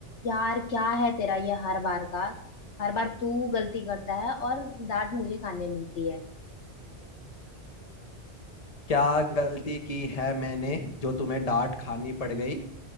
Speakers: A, on the left; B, on the left.
A: यार क्या है तेरा ये हर बार का हर बार तू गलती करता है और डांट मुझे खाने मिलती है
B: क्या गलती की है मैंने जो तुम्हें डांट खानी पड़ गई